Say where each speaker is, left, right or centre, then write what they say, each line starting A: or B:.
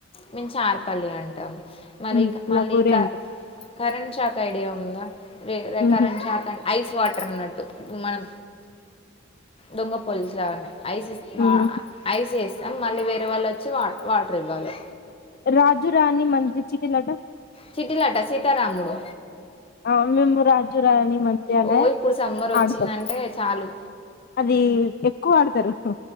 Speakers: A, on the left; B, on the left.
A: మేము చార్పల్లి అంటాం మరి
B: ఉమ్
A: మళ్ళీ
B: లగోరి
A: క
B: అంటాం
A: కరెంట్ షాక్ ఐడియా ఉందా
B: ఉహు
A: కరెంట్ షాక్ అ ఐ వాటర్ అన్నట్టు మనం దొంగ పోలీస్ లాగానే ఐసఎస్ మా
B: ఉమ్
A: ఐసఎస్ మళ్ళీ వేరే వాళ్ళు వచ్చి వా వాటర్ ఇవ్వాలే
B: రాజు రాణి మంత్రి చిట్టి లడ్డు
A: చిట్టి లాట సీతారాముడు
B: అ మేము రాజు రాణీ మంచిగానే
A: ఓ ఇప్పుడు సమ్మర్ వచ్చిందంటే
B: ఆడుతాం
A: చాలు
B: అది ఎక్కువ ఆడుతారు హు